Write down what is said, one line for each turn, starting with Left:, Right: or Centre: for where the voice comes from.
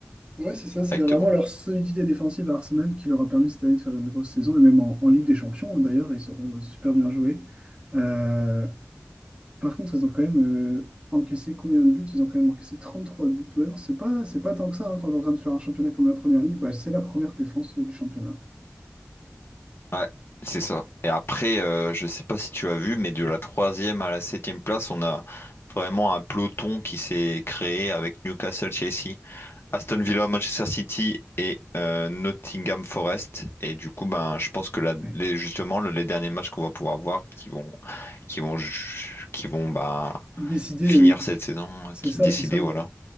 Right: Ouais, c'est ça, c'est
Left: directement.
Right: vraiment leur solidité défensive à Arsenal qui leur a permis cette année de faire une grosse saison, et même en, en Ligue des Champions d'ailleurs, ils auront euh, super bien joué. Euh, par contre, ils ont quand même euh, encaissé combien de buts? Ils ont quand même encaissé 33 buts. Ouais, non, c'est pas, c'est pas tant que ça, hein, quand on regarde sur un championnat comme la Première Ligue, bah, c'est la première défense euh, du championnat.
Left: Ouais, c'est ça. Et après, euh, je sais pas si tu as vu, mais de la troisième à la septième place, on a vraiment un peloton qui s'est créé avec Newcastle Chelsea. Aston Villa, Manchester City et euh, Nottingham Forest. Et du coup, ben, je pense que là,
Right: Ouais.
Left: les- justement, le- les derniers matchs qu'on va pouvoir voir qui vont, qui vont, ju- qui vont bah,
Right: Décider,
Left: finir
Right: euh, qui-
Left: cette saison, euh,
Right: c'est
Left: qui
Right: ça,
Left: décider,
Right: c'est ça.
Left: voilà.